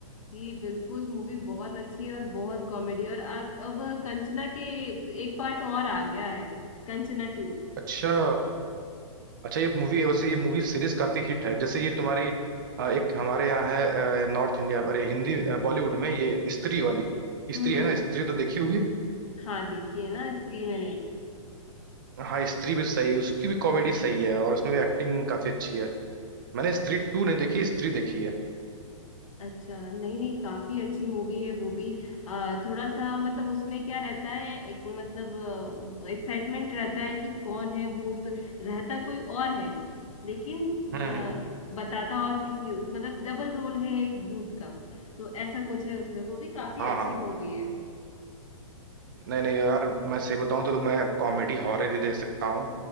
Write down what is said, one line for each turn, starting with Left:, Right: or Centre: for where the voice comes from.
Left: जी बिल्कुल मूवी बहुत अच्छी है और बहुत कॉमेडी और आ, अब कंचना के एक पार्ट और आ गया है कंचना टू
Right: अच्छा अच्छा ये मूवी वैसे ये मूवी सीरीज काफी हिट है जैसे ये तुम्हारी अ, एक हमारे यहाँ है अ, नॉर्थ इंडिया अरे हिंदी अ, बॉलीवुड में ये स्त्री वाली स्त्री
Left: हम्म हम्म
Right: है ना स्त्री तो देखी होगी
Left: हाँ देखिए ना स्त्री मैंने
Right: हाँ स्त्री भी सही उसकी भी कॉमेडी सही है और उसमें भी एक्टिंग काफी अच्छी है मैंने स्त्री टू नहीं देखी स्त्री देखी है
Left: अच्छा नहीं नहीं काफी अच्छी मूवी है वो भी आ, थोड़ा सा मतलब उसमें क्या रहता है एक मतलब एक्साइटमेंट रहता है कि कौन है भूत रहता कोई और है लेकिन
Right: हम्म
Left: अ,
Right: हम्म।
Left: बताता और किसी मतलब डबल रोल है एक भूत का तो ऐसा कुछ है उसमें वो भी काफी
Right: हाँ
Left: अच्छी
Right: हाँ
Left: मूवी है
Right: नहीं नहीं यार मैं सही बताऊं तो, तो मैं कॉमेडी हॉरर ही देख सकता हूँ